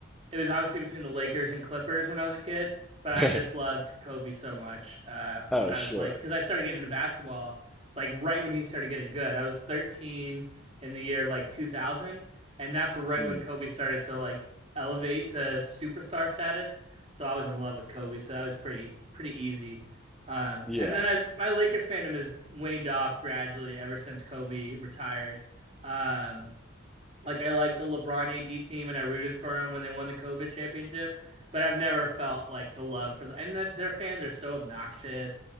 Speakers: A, on the right (about 30°); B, in the centre.
A: it was obviously between the Lakers and Clippers when I was a kid, but I
B: <laughs>
A: just loved Kobe so much uh,
B: Oh,
A: when I
B: sure.
A: was like, because I started getting into basketball like right when he started getting good. I was 13 in the year like 2000, and that's right
B: Mm,
A: when Kobe started to like elevate to superstar status. So I was in love with Kobe, so that was pretty pretty easy. Um,
B: yeah.
A: and then I my Lakers fandom has waned off gradually ever since Kobe retired. Um, like I like the LeBron AD team, and I rooted for him when they won the COVID championship. But I've never felt like the love for the and that their fans are so obnoxious,